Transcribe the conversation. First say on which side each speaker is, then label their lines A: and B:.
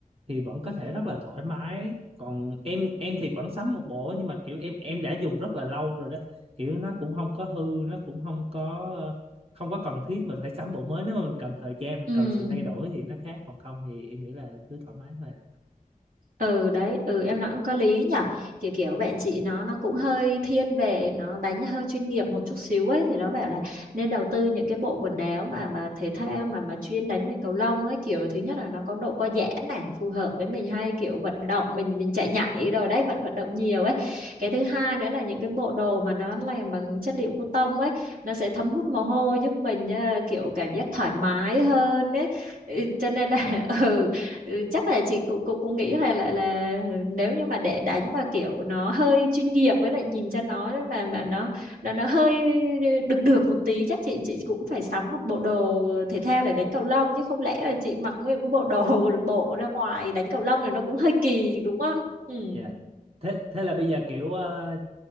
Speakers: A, on the right; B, on the right.
A: thì vẫn có thể rất là thoải mái còn em em thì khoảng sắm một bộ nhưng mà kiểu em em đã dùng rất là lâu rồi đó kiểu nó cũng không có hư nó cũng không có ờ, không có cần thiết mình phải sắm bộ mới nếu mà mình cần thời gian mình
B: ừ
A: cần sự thay đổi thì nó khác còn không thì em nghĩ là cứ thoải mái thôi à
B: ừ đấy ừ em nói cũng có lý nhở kiểu kiểu bạn chị nó nó cũng hơi thiên về nó đánh hơi chuyên nghiệp một chút xíu ấy thì nó bảo là nên đầu tư những cái bộ quần áo mà mà thể thao mà mà chuyên đánh về cầu lông ấy kiểu thứ nhất là nó có độ co giãn này phù hợp với mình hay kiểu vận động mình mình chạy nhảy rồi đấy vận vận động nhiều ấy cái thứ hai nữa là những cái bộ đồ mà nó làm bằng chất liệu cotton ấy nó sẽ thấm hút mồ hôi giúp mình ờ, kiểu cảm giác thoải mái hơn ấy Ừ, cho nên là <laughs> ừ Ừ, chắc là chị cũng cũng cũng nghĩ là là là nếu như mà để đánh mà kiểu nó hơi chuyên nghiệp với lại nhìn cho nó mà mà nó nó nó hơi được được một tí chắc chị chị cũng phải sắm một bộ đồ thể thao để đánh cầu lông chứ không lẽ là chị mặc nguyên cái bộ đồ <laughs> bộ ra ngoài đánh cầu lông thì nó cũng hơi kỳ đúng không? Ừ.
A: Dạ. thế thế là bây giờ kiểu ờ,